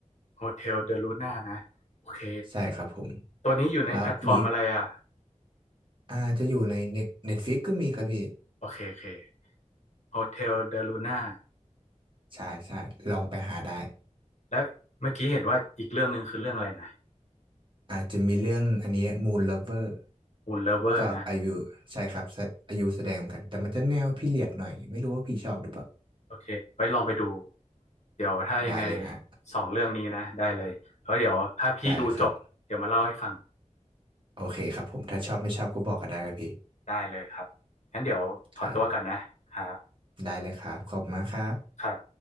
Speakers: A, on the left (about 65°); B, on the right (about 40°).
A: โฮเทลเดลูน่านะโอเค
B: ใช่ครับผม
A: ตัวนี้อยู่ในแพลตฟอร์มอะไรอ่ะ
B: แล้วมีอีกอ่าจะอยู่ในเน็ตเน็ตฟิกก็มีครับพี่
A: โอเคโอเคโฮเทลเดลูน่า
B: ใช่ใช่ลองไปหาได้
A: แล้วเมื่อกี้เห็นว่าอีกเรื่องหนึ่งคือเรื่องอะไรนะ
B: อาจจะมีเรื่องอันนี้ Moon Lover
A: Moon Lover
B: ก็ไอายุใช่ครับแสอายุแสดงเหมือนกันแต่มันจะแนวพีเรียดหน่อยไม่รู้ว่าพี่ชอบหรือเปล่า
A: นะโอเคไว้ลองไปดูเดี๋ยวถ้ายังไง
B: ได้เลยฮะ
A: สองเรื่องนี้นะได้เลยแล้วเดี๋ยวถ้าพี่ดูจบเดี๋ยวมาเล่าให้ฟัง
B: ได้เลยครับโอเคครับผมถ้าชอบไม่ชอบก็บอกก็ได้ครับพี่
A: ได้เลยครับงั้นเดี๋ยวขอตัวก่อนนะครับ
B: ครับได้เลยครับขอบคุณมากครับ
A: ครับ